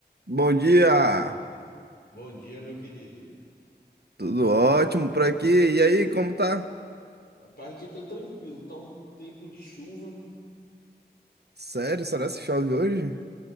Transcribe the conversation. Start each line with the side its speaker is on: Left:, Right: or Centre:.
Right: Bom dia!
Left: Bom dia, meu querido.
Right: Tudo ótimo por aqui. E aí, como tá?
Left: Rapaz, aqui tá tranquilo, tá um tempo de chuva.
Right: Sério, será que chove hoje?